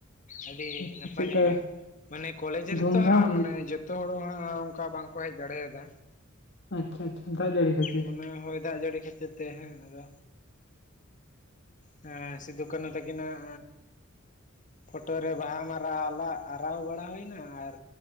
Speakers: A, on the left; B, on the left.
A: ᱟᱹᱰᱤ
B: ᱟᱪᱪᱷᱟ
A: ᱱᱟᱯᱟᱭ
B: ᱪᱮᱫᱠᱟ
A: ᱧᱚᱜ ᱜᱮ ᱢᱟᱱᱮ ᱠᱚᱞᱮᱡᱽ ᱨᱮᱛᱚ
B: ᱫᱷᱩᱢᱫᱷᱟᱢ
A: ᱦᱟᱸᱜ ᱢᱟᱱᱮ ᱡᱚᱛᱚ ᱡᱚᱛᱚ ᱦᱚᱲᱦᱚᱸ ᱦᱟᱸᱜ ᱚᱱᱠᱟ ᱵᱟᱝᱠᱚ ᱦᱮᱡ ᱫᱟᱲᱮᱟᱫᱟ᱾
B: ᱟᱪᱪᱷᱟ ᱟᱪᱪᱷᱟ ᱫᱟᱜ ᱡᱟᱹᱲᱤ ᱠᱷᱟᱹᱛᱤᱨ᱾
A: ᱢᱚᱱᱮ ᱦᱳᱭ ᱫᱟᱜ ᱡᱟᱹᱲᱤ ᱠᱷᱟᱹᱛᱤᱨ ᱛᱮ ᱦᱮᱸ ᱟᱫᱚ᱾ ᱦᱮᱸ ᱥᱤᱫᱩ ᱠᱟᱱᱩ ᱛᱟᱹᱠᱤᱱᱟᱜ ᱯᱷᱚᱴᱚ ᱨᱮ ᱵᱟᱦᱟ ᱢᱟᱞᱟ <unintelligible> ᱟᱨᱟᱣ ᱵᱟᱲᱟ ᱦᱳᱭᱱᱟ ᱟᱨ